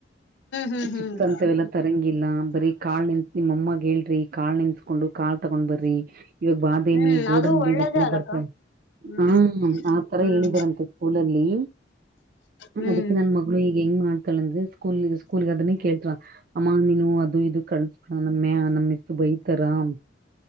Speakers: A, on the left (about 80°); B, on the right (about 50°).
A: ಹ್ಮ್ ಹ್ಮ್
B: ಚಿಪ್ಸ್
A: ಅಕ್ಕ
B: ಅಂತವೆಲ್ಲ. ತರಂಗಿಲ್ಲ ಬರಿೀ ಕಾಳ ನೆನ್ತ್ ನಿಮ್ಮಮ್ಮಾಗ ಹೇಳ್ರಿ ಕಾಳ ನೆಸ್ಕೊಂಡು ಕಾಳ. ತಕೊಂಡ್ ಬರ್ರಿ ಇವಾಗ ಬಾದಾಮಿ
A: ಹ್ಮ್
B: ಗೋಡಂಬಿ
A: ಅದು ಒಳ್ಳೇದೇ
B: ಇವೆಲ್ಲ
A: ಅಲ್ಲಕ್ಕ
B: ಬರ್ತಾ.
A: ಹ್ಮ್
B: ಹಾ ಆತರ
A: ಹ್ಮ್
B: ಹೇಳಿದಾರಂತೆ ಸ್ಕೂಲಲ್ಲಿ.
A: ಹ್ಮ್
B: ಅದಕ್ಕೆ ನನ್ ಮಗಳು ಈಗ ಹೆಂಗ ಮಾಡ್ತಾಳ ಅಂದ್ರೆ. ಸ್ಕೂಲ್ ಸ್ಕೂಲ್ ಅದನ್ನೇ ಕೇಳ್್ರ ಅಮ್ಮ ನೀನು ಅದು ಇದು ಕಳ್ಸ್ಕ ನಮ್ಮ್ಯಾ ನಮ್ಮಸ್ತು ಬೈ. ರಾಮ